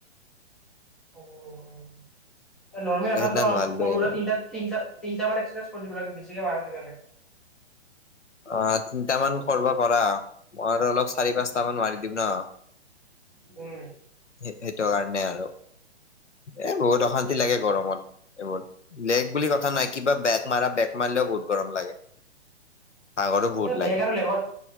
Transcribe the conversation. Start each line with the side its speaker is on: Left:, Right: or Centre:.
Centre: হব নৰ্মেল
Left: ত
Centre: এটাৰ
Left: সেইদিনা নোৱাৰিলোৱে
Centre: সৰু সুৰা তিনটা। তিনিটা তিনিট মান এক্ৰচাইজ কৰি দিৱ লাগিব বেছিকে মাৰাছে কাৰণে।
Left: অঁ তিনটামান কৰিব পাৰা মই আৰু অলপ চাৰি পাঁচটা মান মাৰি দিম ন।
Centre: উমঁ!
Left: এই এইটো কাৰণে আৰু। এ বহুত অশান্তি
Centre: উম।
Left: লাগে গৰমত এইবত লেক বুলি কথা নাই কিবা বেগ মাৰা বেক মাৰিলেও বহুত গৰম লাগে। ভাগৰো বহুত
Centre: এই
Left: লাগে
Centre: বেগ আৰু লেগত